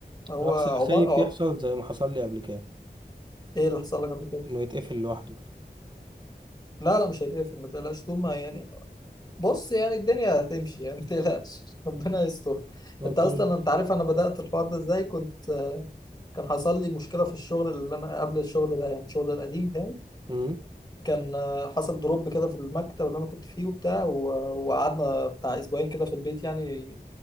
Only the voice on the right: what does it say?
بس انا
خايف
يحصل زي ما حصل لي قبل كده
انه يتقفل لوحده
كده
انت
تقول لي
امم